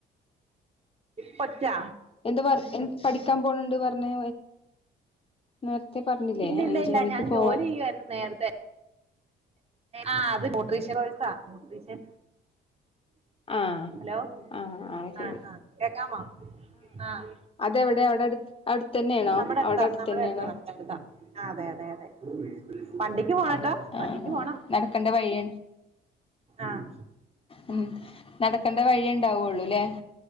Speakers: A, on the right (about 30°); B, on the left (about 30°).
A: കൊച്ചാ
B: എന്ത് പറ എഹ് പഠിക്കാൻ പോണണ്ട് പറഞ്ഞ് നേരത്തെ പറഞ്ഞില്ലേ
A: ഇല്ല ഇല്ല
B: അഞ്ച്
A: ഇല്ല
B: മണിക്ക്
A: ഞാൻ
B: പോകണം
A: <unintelligible> നേരത്തെ ആഹ് നൂട്രിഷൻ കോഴ്‌സാ നൂട്രിഷൻ
B: ആഹ്
A: ഹലോ
B: ആഹ് അത് ശരി
A: ആഹ് ആഹ് കേക്കാമ ആഹ്
B: അതെ എവിടെ അവിടെ അടു അവിടു തന്നെയാണോ
A: നമ്മുടെ അടുത്താ
B: അവിടെ അടുത്ത്
A: നമ്മുടെ
B: തന്നെയാണോ
A: അടുത്താ നമ്മുടെ അതെ അതെ അതെ വണ്ടിക്ക് പോണംട്ടോ
B: ആഹ് ആഹ്
A: വണ്ടിക്ക് പോണം
B: നടക്കണ്ട വഴിയ
A: ആഹ്
B: ഉം നടക്കേണ്ട വഴിയെണ്ടാവുള്ളൂല്ലേ